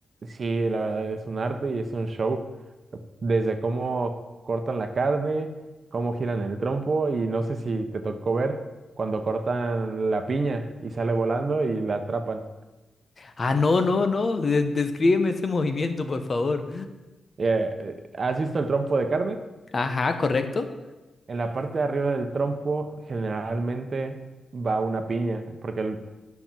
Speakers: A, on the right; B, on the left.
A: Sí, la verdad es un arte y es un show. Desde cómo cortan la carne, cómo giran el trompo y no sé si te tocó ver cuando cortan la piña y sale volando y la atrapan.
B: Ah, no, no, no, <laughs> de- descríbeme ese movimiento, por favor.
A: Eh, eh, ¿has visto el trompo de carne?
B: Ajá, correcto.
A: En la parte de arriba del trompo generalmente va una piña, porque el-